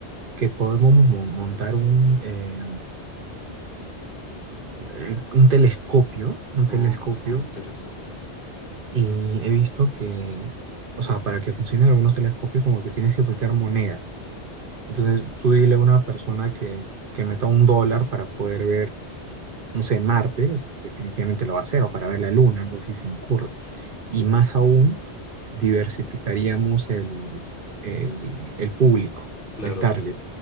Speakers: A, on the right; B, on the left.
A: que podemos mo- montar un, eh, eh, un telescopio, un
B: oh
A: telescopio,
B: es muy interesante eso.
A: y he visto que, o sea, para que funcionen algunos telescopios, como que tienes que meter monedas. Entonces, tú dile a una persona que, que meta un dólar para poder ver, no sé, Marte, o sea, definitivamente lo va a hacer, o para ver la Luna, algo así se me ocurre. Y más aún, diversificaríamos el, el, el público,
B: Claro,
A: el target,